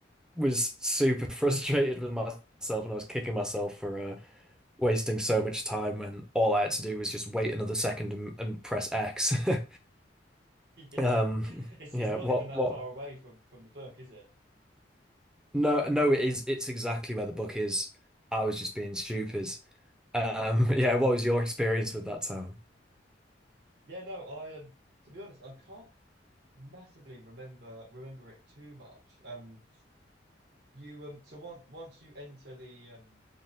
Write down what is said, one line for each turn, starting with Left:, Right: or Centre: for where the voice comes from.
Centre: was super <laughs> frustrated with myself and I was kicking myself for uh, wasting so much time when all I had to do was just wait another second and, and press X. <laughs>
Right: Yeah.
Centre: Um,
Right: It's
Centre: yeah,
Right: it's not
Centre: what
Right: even that
Centre: what
Right: far away from from the book, is it?
Centre: no no it is it's exactly where the book is. I was just being stupid. Um, <laughs> yeah, what was your experience with that town?
Right: Yeah, no, I um to be honest, I can't massively remember remember it too much. Um, you um, so once once you enter the um,